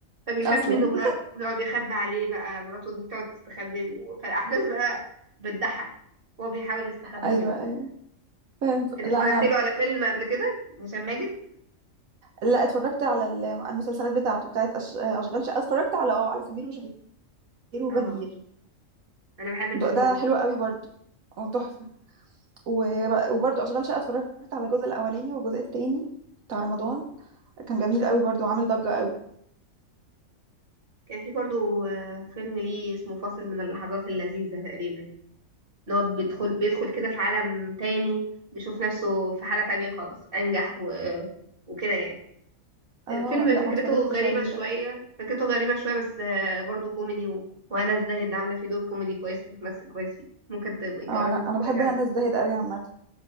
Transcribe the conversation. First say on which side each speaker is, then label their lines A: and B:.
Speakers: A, on the right; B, on the right.
A: فبيخاف
B: اصلا
A: منه بقى
B: <laughs>
A: بيقعد يخبي عليه بقى مراته دي بتقعد تستخبى فالاحداث بقى بتضحك وهو بيحاول يستخبى
B: ايوه
A: منه
B: ايوه فهمت
A: انت
B: لا
A: اتفرجت
B: انا
A: له على فيلم قبل كده هشام ماجد
B: لا اتفرجت على ال- المسلسلات بتاعته بتاعت أش... اشغال شقه اتفرجت على اه على سمير وشهير وبهير
A: اه انا بحب الفيلم
B: ده, ده
A: ده برضه
B: حلو قوي برضو وتحفه وب-
A: مم.
B: وبرضو اشغال شقه اتفرجت على الجزء الاولاني والجزء التاني بتاع رمضان كان جميل قوي برضو وعامل ضجه قوي
A: كان في برضه آه، فيلم ليه اسمه فاصل من اللحظات اللذيذة تقريبا ان هو بيدخل بيدخل كده في عالم تاني بيشوف نفسه في حالة تانية خالص انجح و... وكده يعني
B: اه
A: فيلم
B: لا
A: فكرته
B: ما اتفرجتش
A: غريبة
B: عليه
A: شوية
B: ده
A: فكرته غريبة شوية بس آه، برضو كوميدي و... وهنا الزاهد عاملة فيه دور كوميدي كويس وبتمثل كويس فيه ممكن تبقي تجربي
B: اه انا
A: تتفرجي
B: انا بحب
A: عليه
B: هنا الزاهد قوي عامه